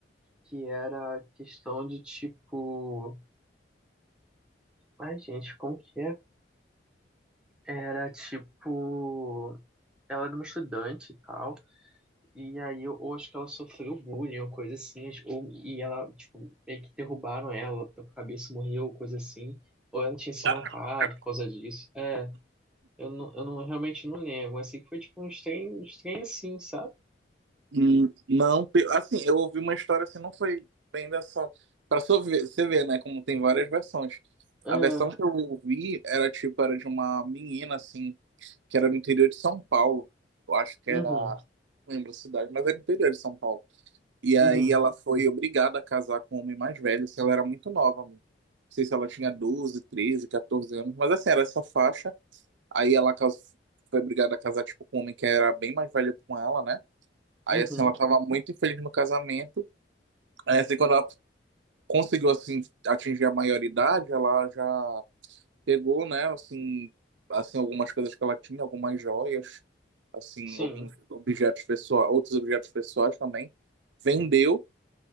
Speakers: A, in the centre; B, on the right (about 80°).
A: que era questão de, tipo, ai, gente, como que é? Era, tipo, ela era uma estudante e tal. E aí eu, eu acho que ela sofreu bullying ou coisa assim, ou, e ela, tipo, meio que derrubaram ela, ela a cabeça, morreu, coisa assim, ou ela tinha se
B: Caramba,
A: matado por causa disso. É, eu não, eu não realmente não lembro, mas sei que foi tipo um estranho, um estranho assim, sabe?
B: Hum, Não, pe- assim, eu ouvi uma história assim, não foi bem dessa. Pra só ver- você ver, né, como tem várias versões.
A: É,
B: A versão que eu ouvi era tipo, era de uma menina, assim, que era no interior de São Paulo. Eu acho que
A: uhum,
B: era. Não lembro a cidade, mas era interior de São Paulo. E
A: uhum,
B: aí ela foi obrigada a casar com um homem mais velho, se ela era muito nova, mano. Não sei se ela tinha 12 13 14 anos, mas assim, era essa faixa. Aí ela cas- foi obrigada a casar, tipo, com um homem que era bem mais velho com ela, né? Aí
A: uhum,
B: assim, ela tava muito infeliz no casamento. Aí assim, quando ela conseguiu, assim, atingir a maioridade, ela já pegou, né, assim, assim, algumas coisas que ela tinha, algumas joias, assim,
A: sim,
B: alguns objetos pessoais, outros objetos pessoais também. Vendeu